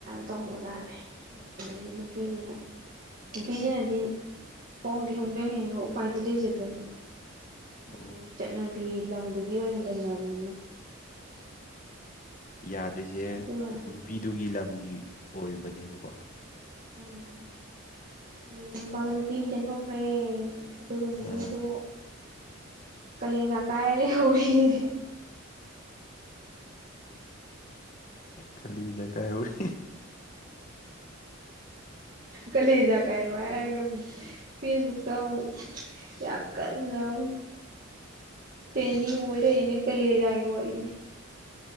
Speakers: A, on the right (about 40°); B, on the left (about 40°).
A: ꯇꯧꯕ ꯖꯥꯠꯅꯦ ꯑꯗꯨꯗꯒꯤ ꯅꯨꯄꯤꯁꯤꯅ ꯅꯨꯄꯤꯁꯤꯅꯗꯤ ꯍꯣꯡꯗꯤ ꯍꯣꯡꯖꯅꯤꯡꯉꯒ ꯎꯄꯥꯏꯗꯤ ꯂꯩꯖꯗꯕꯗꯣ ꯍꯥꯏꯗꯤ
B: ꯑꯣ
A: ꯆꯠꯅꯕꯤ ꯂꯝꯗꯨꯒꯤ ꯑꯣꯏꯅ ꯂꯩꯅꯕꯅꯤꯅ
B: ꯌꯥꯗ꯭ꯔꯤꯁꯦ
A: ꯑꯗꯨꯃꯥꯏ
B: ꯅꯨꯄꯤꯗꯨꯒꯤ ꯂꯝꯒꯤ ꯑꯣꯏꯕꯅꯦꯕꯀꯣ
A: ꯎꯝ ꯑꯗꯨ ꯅꯨꯄꯥꯗꯣ ꯅꯨꯄꯤ ꯑꯃ ꯆꯦꯟꯊꯣꯛꯈ꯭ꯔꯦ ꯑꯗꯨꯒ ꯅꯨꯄꯤꯗꯣ
B: ꯑꯥ
A: ꯀꯥꯂꯦꯟꯖꯥ ꯀꯥꯏ ꯂꯩꯍꯧꯔꯦꯌ
B: ꯀꯂꯦꯟꯖ ꯀꯥꯏꯍꯧꯔꯦ
A: ꯀꯂꯦꯟꯖ ꯀꯥꯏꯍꯧꯔꯦ ꯍꯥꯢꯔꯒ ꯐꯦꯁꯕꯨꯛꯇ ꯑꯃꯨꯛ ꯌꯥꯝ ꯀꯟꯅ ꯑꯃꯨꯛ ꯄꯦꯟꯗꯤꯡ ꯑꯣꯏꯔꯅꯦ ꯀꯂꯦꯟꯖꯒꯤ ꯋꯥꯔꯤꯗꯒꯤ